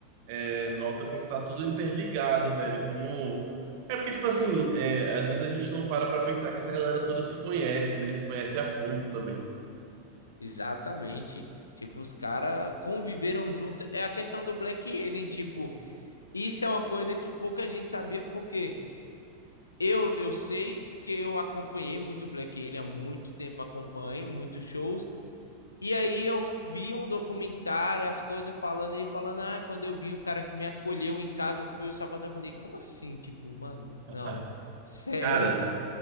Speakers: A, on the right; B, on the left.
A: é, nota como tá tudo interligado, velho. Como. É porque, tipo assim, é, às vezes a gente não para pra pensar que essa galera toda se conhece, né? E Se conhece a fundo também.
B: Exatamente. Tipo, os caras conviveram junto. É a questão do Black Alien, tipo, isso é uma coisa que pouca gente sabia, porque eu, eu sei, porque eu acompanhei muito Black Alien há muito tempo, acompanho muitos shows. E aí eu vi um documentário, as coisas falando, ele falando, ah, quando eu vi o cara que me acolheu em casa foi o Sabaton, eu falei, como assim? Tipo, mano,
A: <laughs>
B: não. Sério?
A: Cara,